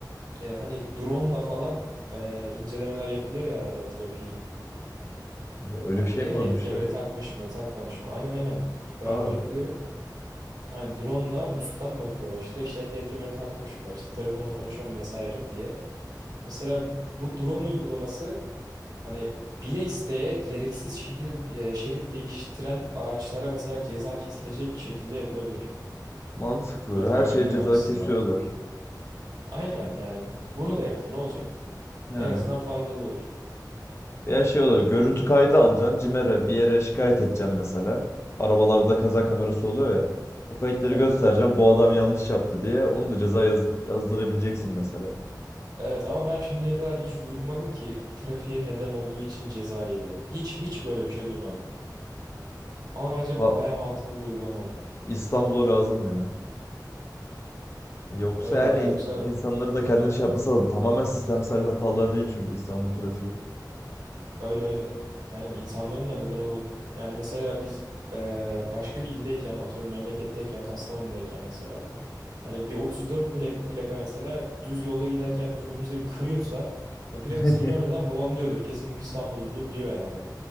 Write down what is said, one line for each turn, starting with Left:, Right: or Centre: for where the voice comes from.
Right: e, hani drone'la falan e, incelemeler yapılıyor ya arada trafiği.
Left: Ya öyle
Right: Ay,
Left: bir şey
Right: Ehliyet
Left: mi varmış
Right: kemeri
Left: ya?
Right: takmış mı takmamış mı? Aynen aynen. Bayağıdır
Left: Aa,
Right: yapılıyor. Aynen drone'la üstten bakıyorlar işte. İşte ehliyet kemeri takmış mı? İşte telefonla konuşuyor mu vesaire diye. Mesela bu drone uygulaması Hani bile isteye gereksiz şehir, e, şerit değiştiren araçlara mesela ceza kesilecek şekilde yapılabilir.
Left: mantıklı.
Right: Trafiği
Left: Her şey
Right: önleme
Left: ceza
Right: açısından.
Left: kesiyorlar.
Right: Aynen yani bunu da ekle ne olacak?
Left: He.
Right: En azından faydalı olur.
Left: Veya şey olur. Görüntü kaydı alacaksın. CİMER'e bir yere şikayet edeceksin mesela. Arabalarda kaza kamerası oluyor ya. O kayıtları
Right: Evet.
Left: göstereceğim. Bu adam yanlış yaptı diye. Onu da ceza yaz- yazdırabileceksin mesela.
Right: Evet ama ben şimdiye kadar hiç duymadım ki trafiğe neden olduğu için ceza yedi. Hiç hiç böyle bir şey duymadım. Ama bence
Left: Va-
Right: baya mantıklı bir uygulama olur.
Left: İstanbul'a lazım ya. Yoksa
Right: Öyle
Left: yani
Right: ya
Left: in-
Right: yoksa
Left: insanları da kendini şey yapması lazım. Tamamen sistemsel hatalar değil çünkü İstanbul trafiği.
Right: Öyle öyle. Aynen insanların da neden oldu. Yani mesela biz eee, başka bir ildeyken atıyorum memleketteyken Kastamonu'dayken mesela hani bir 34 plak, plaka mesela düz yolda giderken önümüzde bir kırıyorsa hani plakasını
Left: <laughs>
Right: görmeden babam diyordur kesin bu İstanbulludur diyor yani.